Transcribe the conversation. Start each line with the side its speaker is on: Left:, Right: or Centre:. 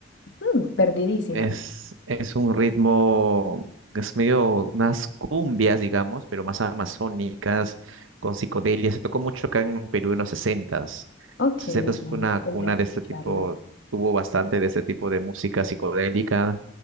Left: Mm, perdidísima.
Right: Es, es un ritmo, es medio unas cumbias, digamos, pero más amazónicas, con psicodelia. Se tocó mucho acá en Perú en los 60s.
Left: Ok.
Right: 60s
Left: Bueno,
Right: fue una cuna
Left: tendría que
Right: de
Left: escucharlo.
Right: este tipo, tuvo bastante de este tipo de música psicodélica.